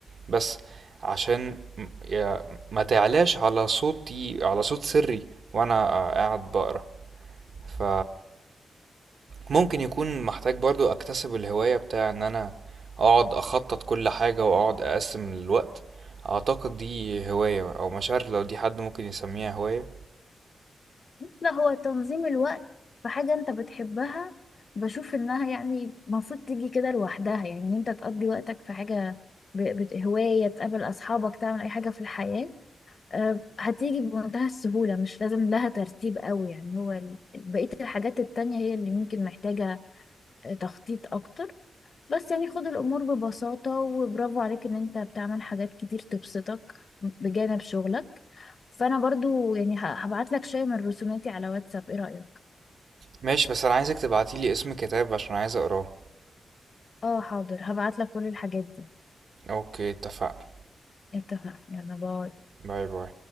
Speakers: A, on the right; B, on the left.
A: بس عشان م- يا- ما تعلاش على صوتي على صوت سري وانا قاعد بقرا ف ممكن يكون محتاج برضو اكتسب الهواية بتاع ان انا اقعد اخطط كل حاجة واقعد اقسم الوقت اعتقد دي هواية او مش عارف لو دي حد ممكن يسميها هواية
B: لا هو تنظيم الوقت في حاجة انت بتحبها بشوف انها يعني المفروض تيجي كده لوحدها يعني ان انت تقضي وقتك في حاجة ب- بت- هواية تقابل اصحابك تعمل اي حاجة في الحياة أه، هتيجي بمنتهى السهولة مش لازم لها ترتيب قوي يعني هو ال- بقية الحاجات التانية هي اللي ممكن محتاجة أه، تخطيط اكتر بس يعني خد الامور ببساطة وبرافو عليك ان انت بتعمل حاجات كتير تبسطك بجانب شغلك فانا برضو يعني هبعت لك شيء من رسوماتي على واتساب ايه رأيك
A: ماشي بس انا عايزك تبعتيلي اسم كتاب عشان عايز اقراه
B: اه حاضر هبعت لك كل الحاجات دي
A: اوكي اتفقنا
B: اتفقنا يلا باي
A: باي باي